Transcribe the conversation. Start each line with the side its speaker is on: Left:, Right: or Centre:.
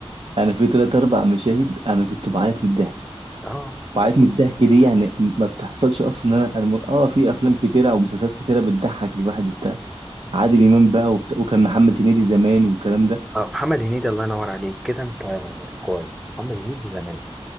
Right: أنا في تلات أربع مشاهد أنا كنت بعيط من الضحك
Centre: اه
Right: وقعت من الضحك دي يعني ما بتحصلش اصلا إن انا أنا م- اه في افلام كتيره او مسلسلات كتيره بتضحك الواحد وبتاع عادل امام بقى وبتاع وكان محمد هنيدي زمان والكلام ده
Centre: اه محمد هنيدي الله ينور عليك كده انت كويس محمد هنيدي زمان